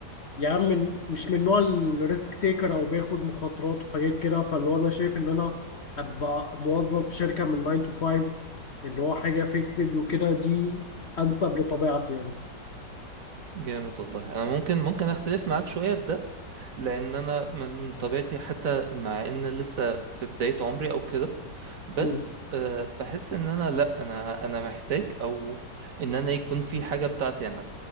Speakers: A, on the left; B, on the right.
A: يا عم من- مش من نوع الريسك تيكر او بياخد مخاطرات وحاجات كده فاللي هو انا شايف ان انا ابقى موظف في شركه من 9 to 5 اللي هو حاجه فيكسد وكده دي انسب لطبيعتي
B: جامد والله انا ممكن ممكن اختلف معاك شوية في ده لان انا من طبيعتي حتى مع ان لسه في بداية عمري او كده بس
A: يعني
B: أه بحس ان انا لا انا انا محتاج او ان انا يكون في حاجة بتاعتي انا